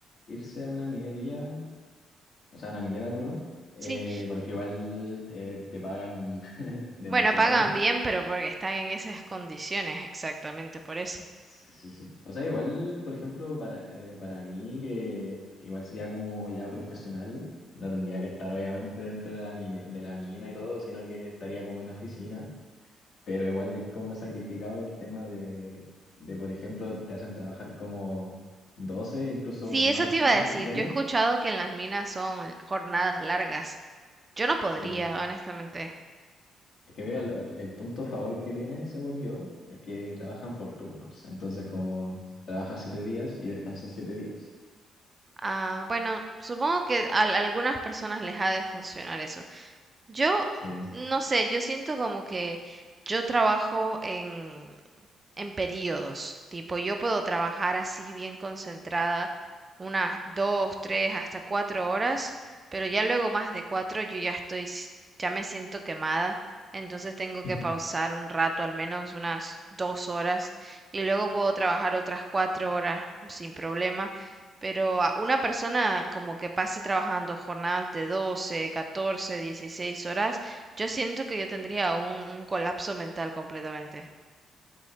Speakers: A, on the left; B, on the right.
A: irse a una minería, o sea, a una minera, perdón, eh,
B: Sí,
A: porque igual eh, te pagan <laughs> demasiado
B: bueno, pagan bien, pero porque están en esas condiciones, exactamente por eso.
A: Sí, sí, sí. O sea, igual, por ejemplo, para, eh, para mí, que igual sería como ya profesional, no tendría que estar obviamente dentro de la mina, de la mina y todo, sino que estaría como en oficina, pero igual es como sacrificado el tema de, de, por ejemplo, te hacen trabajar como 12 incluso
B: Sí,
A: más
B: eso te iba
A: horas
B: a decir.
A: diarias.
B: Yo he escuchado que en las minas son jornadas largas. Yo no podría,
A: Sí.
B: honestamente.
A: Es que mira, lo- el punto a favor que tiene, según yo, es que trabajan por turnos. Entonces, como trabajas siete días y descansas siete días.
B: Ah, bueno, supongo que a algunas personas les ha de funcionar eso. Yo,
A: Sí.
B: no sé, yo siento como que yo trabajo en, en periodos. Tipo, yo puedo trabajar así bien concentrada unas dos, tres, hasta cuatro horas, pero ya luego más de cuatro yo ya estoy, s- ya me siento quemada. Entonces tengo
A: <laughs>
B: que pausar un rato, al menos unas dos horas, y luego puedo trabajar otras cuatro horas sin problema. Pero a una persona como que pase trabajando jornadas de 12 14 16 horas, yo siento que yo tendría un, un colapso mental completamente.